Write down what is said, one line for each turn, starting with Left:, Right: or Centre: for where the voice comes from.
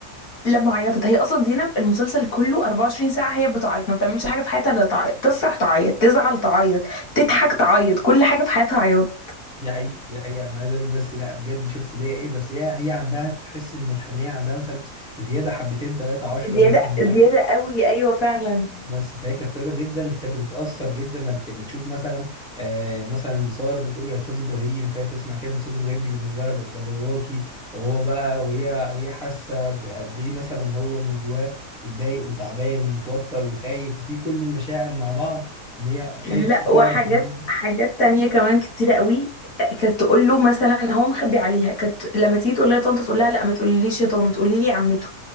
Left: لما عيطت هي اصلا زينب المسلسل كله 24 ساعه هي بتعيط ما بتعملش حاجه في حياتها الا تعيط تفرح تعيط تزعل تعيط تضحك تعيط كل حاجه في حياتها عياط
Centre: دي حقيقة دي حقيقة أنا عايز أقولك بس لا بجد شفت اللي هي إيه بس هي هي عندها تحس إن الحنية عندها مثلا زيادة حبتين تلاتة عشرة
Left: زيادة
Centre: مثلا
Left: زيادة
Centre: حاجة
Left: قوي أيوة فعلا
Centre: بس فهي كانت طيبه جدا فكانت بتتاثر جدا لما كانت بتشوف مثلا آه مثلا ساره بتقول له يا استاذ ابراهيم فهي تسمع كلمه استاذ ابراهيم دي بالنسبه لها ده ده باباكي وهو بقى وهي وهي حاسه بقد ايه مثلا هو من جواه متضايق وتعبان ومتوتر وخايف وفي كل المشاعر مع بعض ان هي
Left: لا
Centre: خايف إن هي
Left: وحاجات
Centre: تعرف مين
Left: حاجات تانية كمان كتيرة قوي كانت تقول له مثلا هو مخبي عليها كانت لما تيجي تقول لها يا طنط تقول لها لا ما تقوليليش يا طنط قولي لي عمته